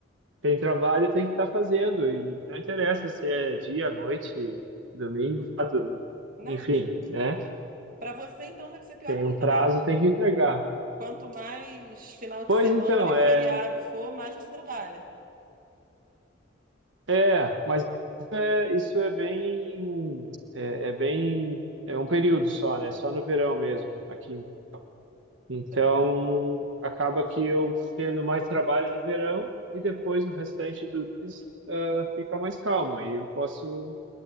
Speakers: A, on the right; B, on the right.
A: Tem trabalho, tem que estar fazendo. E não interessa se é dia, noite, domingo, sábado,
B: Nada.
A: enfim, né?
B: Para você, então, deve ser pior
A: Tem
B: ainda,
A: um prazo,
B: né?
A: tem que entregar.
B: Quanto mais final
A: Pois
B: de semana
A: então,
B: e
A: é,
B: feriado for, mais você trabalha.
A: é, mas é- isso é bem, é, é bem, é um período só, né? Só no verão mesmo, aqui. Então,
B: Tá,
A: acaba que eu tendo mais trabalho no verão e depois o restante do mês, ah, fica mais calmo. Aí eu posso